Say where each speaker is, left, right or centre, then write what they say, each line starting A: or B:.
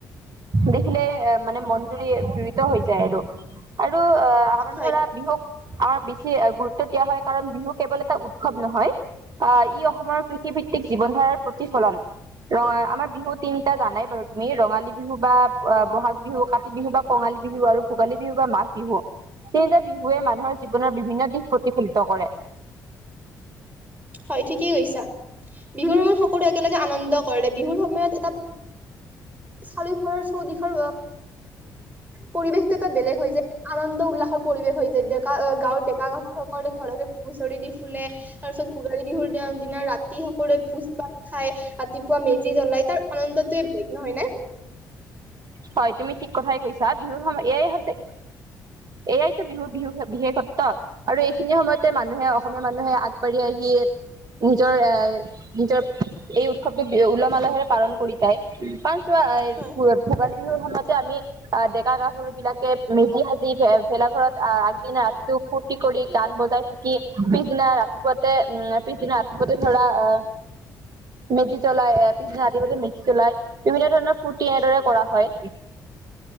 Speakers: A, on the right; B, on the right.
A: দেখিলে এ মানে মন জুৰি জুৰিত হৈ যায় আৰু আৰু। অ আমাৰ
B: হয়
A: ধৰা বিহুক আমাৰ। বে গুৰুত্ব দিয়া হয় কাৰণ বিহু কেৱল এটা উৎসৱ নহয় আহ ই অসমৰ। কৃষিভিত্তিক জীৱন ধাৰাৰ প্ৰতিফলন ৰ আমাৰ বিহু তিনিটা জানাই বাৰু তুমি ৰঙালী বিহু বা বহাগ বিহু কাতি বিহু বা কঙালী বিহু আৰু ভোগালী বিহু বা মাঘ বিহু তিনিটা বিহুৱে মানুহৰ জীৱনৰ বিভিন্ন দিশ প্ৰতিফলিত কৰে।
B: হয় ঠিক। কৈছা বিহুৰ সময়ত সকলো একেলগে আনন্দ কৰে বিহুৰ সময়ত এটা। চাৰিও ফালৰ চৌদিশৰ পৰিৱেশটো এটা বেলেগ হৈ যায় আনন্দ উল্লাসৰ পৰিৱেশ হৈ যায দিয়ক। কা গাঁওৰ ডেকা গাভৰু সকলো ঘৰলে। হুচৰি দি ফুলে ত। ভোগালী বিহুৰ দিনা ৰাতি হওক। কৰে ভোজ ভাত খাই ৰাতিপুৱা মেজি জ্বলাই তাৰ আনন্দটোয়ে বেলেগ নহয় ন।
A: হয় তুমি ঠিক কথাই কৈছা বিহুৰ সময় এয়াইহঁতে। এয়াইতো বিহুৰ বিু বিশেষত্ব আৰু এইখিনি সময়তে মানুহে অসমীয়া মানুহে আগবাঢ়ি আহি নিজৰ এ নিজৰ এই উৎসৱটো উলহ মালহেৰে পালন কৰি যায়। পাঁচ্ <unintelligible>
B: হয়
A: ভোগালী বিহুৰ সময়তে আমি আহ ডেকা গাভৰু বিলাকে মেজি সাজি ভেলা ঘৰত আহ আগদিনা ৰাতিটো ফূুৰ্তি কৰি গান বজাই থাকি পিছদিনা ৰাতিপুৱাতে পিছদিনা ৰাতিপুৱাতে ধৰা আহ মেজি জ্বলাই আহ পিছদিনা ৰাতিপুৱা মেজি জ্বলাই বিভিন্ন ধৰণৰ ফূুৰ্তি এনেদৰে। কৰা হয়।